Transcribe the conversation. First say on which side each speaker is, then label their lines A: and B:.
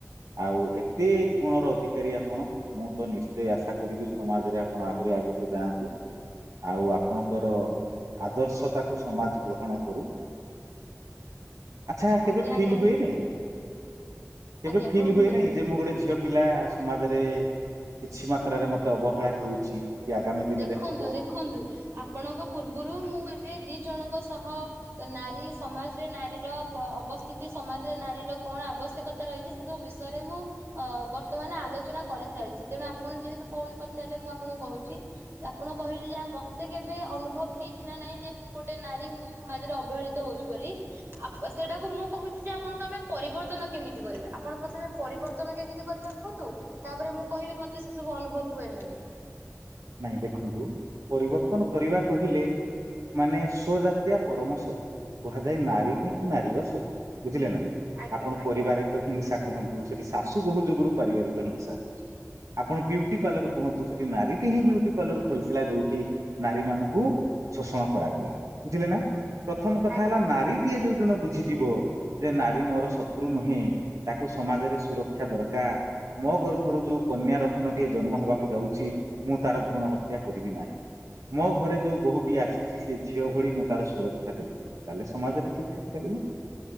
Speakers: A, on the right; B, on the right.
A: ଆଉ ଏତେ ଗୁଣର ଅଧିକାରୀ ଆପଣ ମୁଁ ତ ନିଶ୍ଚୟ ଆଶା କରିକି ସମାଜରେ ଆପଣ ଆହୁରି ଆଗକୁ ଯାଆନ୍ତୁ ଆଉ ଆପଣଙ୍କର ଆଦର୍ଶତାକୁ ସମାଜ ଗ୍ରହଣ କରୁ ଆଚ୍ଛା
B: ଆଜ୍ଞା
A: କେବେ
B: ଆଜ୍ଞା
A: ଫିଲ୍ ହୁଏନି କେବେ
B: ଆଜ୍ଞା
A: ଫିଲ୍
B: କୁହନ୍ତୁ
A: ହୁଏନାଇଁ
B: କୁହନ୍ତୁ
A: ଯେ ମୁଁ ଗୋଟେ ଝିଅ ପିଲା ସମାଜରେ କିଛି ମାତ୍ରାରେ ମତେ ଅବହେଳା ହେଉଛି। କି ଆଗାମୀ ଦିନରେ
B: ଦେଖନ୍ତୁ
A: ହବ
B: ଦେଖନ୍ତୁ ଆପଣଙ୍କ ପୂର୍ବରୁ ମୁଁ ଏବେ ଦି ଜଣଙ୍କ ସହ ନାରୀ ସମାଜରେ ନାରୀର ଅବସ୍ଥିତି ସମାଜରେ ନାରୀର କଣ ଆବଶ୍ୟକତା ରହିଛି ସେ ସବୁ ବିଷୟରେ ମୁଁ ଅ ବର୍ତ୍ତମାନ ଆଲୋଚନା କରିସାରିଛି ତେଣୁ ଆପଣ ଯେହେତୁ କଉଣି ପଚାରିଲେ ମୁଁ ଆପଣଙ୍କୁ କହୁଛି। ଆପଣ କହିଲେ ଯେ ମତେ କେବେ ଅନୁଭବ ହେଇଛି ନା ନାଇଁ ଯେ ମୁଁ ଗୋଟେ ନାରୀ ମୋ ସମାଜରେ ଅବହେଳିତ ହଉଛି ବୋଲି ଆ ସେଟାକୁ ମୁଁ କହୁଛି ଯେ ଆପଣଙ୍କୁ ଆମେ ପରିବର୍ତ୍ତନ କେମିତି କରିବା ଆପଣ ପ୍ରଥମେ ପରିବର୍ତ୍ତନ କେମିତି କରିବା କୁହନ୍ତୁ। ତାପରେ ମୁଁ କହିବି ମତେ ସବୁ ଅନୁଭବ ହୁଏ ନା ନାଇଁ
A: ନାଇଁ ଦେଖନ୍ତୁ ପରିବର୍ତ୍ତନ କରିବା କହିଲେ ମାନେ ସ୍ୱଜାତୀୟ ପରମ ଶତ୍ରୁ କୁହାଯାଏ ନାରୀ ହିଁ ନାରୀର ଶତ୍ରୁ ବୁଝିଲେ ନ ନାଇଁ
B: ଆଜ୍ଞା
A: ଆପଣ
B: ଆଜ୍ଞା
A: ପାରିବାରିକ
B: ଆଜ୍ଞା
A: ହିଂସା କୁହନ୍ତୁ ତୁ ସେଠି ଶାଶୁ ବହୁ ଯ ପାରିବାରିକ ହିଂସା ହଛି ଆପଣଟି ପାର୍ଲ କୁହନ୍ତୁ। ସେ ନାରୀ ବ ବ୍ୟୁଟି ପାର୍ଲର ଖୋଲିଥିଲା ଯୋଉଠି ନାରୀ ମାନଙ୍କୁ ଶୋଷଣ କରାଗଲା ବୁଝିଲେ ନା ପ୍ରଥମ କଥା
B: ଆଜ୍ଞା
A: ହେଲା ନାରୀଟିଏ ଯୋଉ ଦିନ ବୁଝିଯିବ ଯେ ନାରୀ ମୋର ଶତ୍ରୁ ନୁହେଁ ତାକୁ ସମାଜରେ ସୁରକ୍ଷା ଦରକାର ମୋ ଗର୍ଭରୁ ଯୋଉ କନ୍ୟା ରତ୍ନଟିଏ ଜନ୍ମ ହେବାକୁ ଯାଉଛି। ମୁଁ ତାର ଭୂଣ ହତ୍ୟା କରିବି ନାହିଁ ମୋ ଘରେ ଯୋଉ ବୋୂଟି ଆସି ସେ ଝିଅ ଭଳି ମୁଁ ତାର ସୁରକ୍ଷା ଦେବି ତାହେଲେ ସମାଜରେ ଠିକ ଠାକ୍ ଚାଲିବ